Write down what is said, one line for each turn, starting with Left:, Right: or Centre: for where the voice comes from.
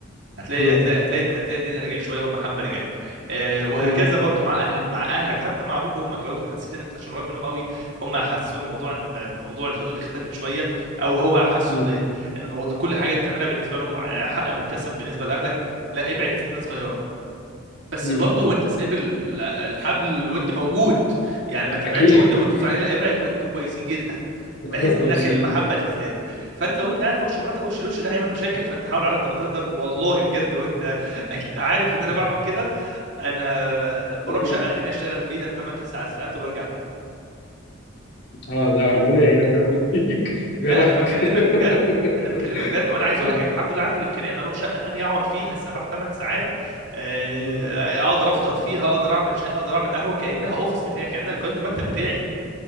Right: هتلاقي
Left: مم،
Right: هتلاقي هتلاقي هتلاقي الدنيا رجعت شويه والمحبه رجعت آه وهكذا
Left: مم،
Right: برضو مع اهل مع اهلك حتى مع ابوك وامك لو انت حسيت ان انت عشان قريب منهم قوي هم حسوا الموضوع ان الموضوع الحدود اختفت شويه او هو حسوا
Left: مم،
Right: ان ان الموضوع- إن كل حاجه بتعملها بالنسبه لهم آه، حق مكتسب بالنسبه لاهلك لا ابعد سنه صغيره بس
Left: مم.
Right: برضه وانت سايب ال- ال- الحبل الود موجود يعني ما تبعدش
Left: اكيد
Right: وانت وانتوا
Left: اكيد
Right: زعلانين لا ابعد وانتوا كويسين جدا بحيث
Left: احنا كويسين
Right: انك المحبه تزداد فانت وانت قاعد في وش مراتك وش الوش ده هيعمل مشاكل فانت حاول على قد ما تقدر والله بجد وانت <laughs> اكيد عارف ان انا
Left: <laughs>
Right: بعمل كده انا بروح
Left: اكيد
Right: شقه تانية اشتغل فيها 8 9 ساعات وبرجع تاني
Left: اه لا ربنا يعينك ويقويك <laughs>
Right: لا
Left: ويا بختك
Right: انا بكلمك بجد
Left: <laughs>
Right: انا بكلمك بجد وانا عايز اقول
Left: اه
Right: لك الحمد لله عندي الامكانيه ان اروح شقه تانية اقعد فيها سبع ثمان ساعات آه،
Left: مم.
Right: اقدر افطر فيها اقدر اعمل شاي اقدر اعمل قهوه كانها اوفيس بتاعي كانها كان المكتب بتاعي